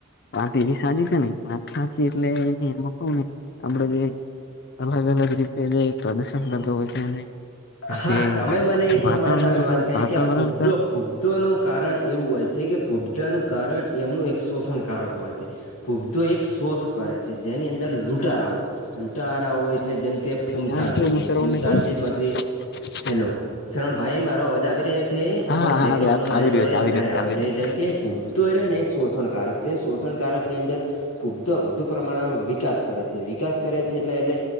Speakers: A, on the left; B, on the left.
A: વાત એવી સાચી છે ને વાત સાચી એટલે એમાં કહું ને આપડે જે અલગ અલગ રીતે જે પ્રદર્શન કરતો હોય છે અને
B: હા
A: જે
B: તમે મને એ
A: વાતાવરણ
B: પ્રમાણે તમે વાત કરી
A: વાતાવરણ
B: કે આ પુબદો પુબડદો નું કારણ એવું હોય છે કે પુબદાનું કારણ એમનું એક શોષણકારક હોય છે પૂબદો એક શોસ કરે છે જેની અંદર લૂંટારાઓ લૂંટારાઓ એટલે જેમ કે ફૂમતાળજી
A: હા જો હું
B: છે
A: શ્રવણ
B: ફૂમતાળજી
A: ને ખબર
B: પછી
A: <inaudible>
B: હેલો શરણ ભાઈ મારો અવાજ આવી રહ્યો છે
A: હા
B: તમારો
A: હા
B: બેકગ્રાઉન્ડનો
A: આવી
B: મારી
A: આવી રહ્યો
B: જોડે
A: છે આવી
B: વધારે
A: રહ્યો
B: આવે
A: આવી
B: છે
A: રહ્યો
B: જેમ કે ભૂ તોર્યોને શોષણકારક છે શોષણકારક ની અંદર ભૂબ્ધો વધુ પ્રમાણમાં વિકાસ કરે છે વિકાસ કરે છે એટલે એટલે